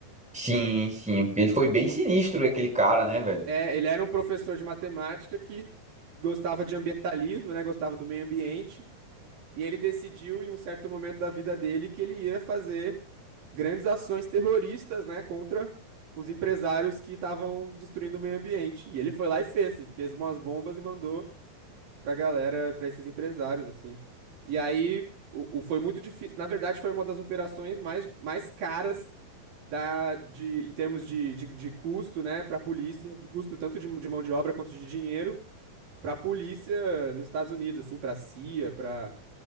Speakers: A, in the centre; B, on the right.
A: Sim, sim. Porque ele foi bem sinistro, aquele cara, né, velho?
B: É, ele era um professor de matemática que gostava de ambientalismo, né? Gostava do meio ambiente. E ele decidiu, em um certo momento da vida dele, que ele ia fazer grandes ações terroristas, né? Contra os empresários que estavam destruindo o meio ambiente. E ele foi lá e fez. e Fez umas bombas e mandou pra galera, pra esses empresários, assim. E aí o, o- foi muito difícil. Na verdade, foi uma das operações mais, mais caras da, de, em termos de, de, de custo, né, para a polícia, de custo tanto de, de mão de obra quanto de dinheiro, para a polícia nos Estados Unidos, assim, para a CIA, para